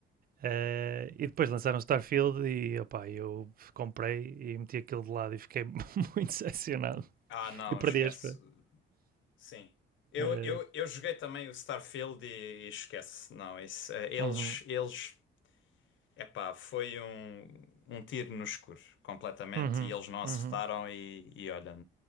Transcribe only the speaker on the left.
Ah, não,
esquece.
Sim. Eu,
eu, eu joguei também o Starfield e, e esquece. Não, isso, eh, eles,
eles Epá, foi um, um tiro no escuro, completamente,
e eles não acertaram
e, e olha,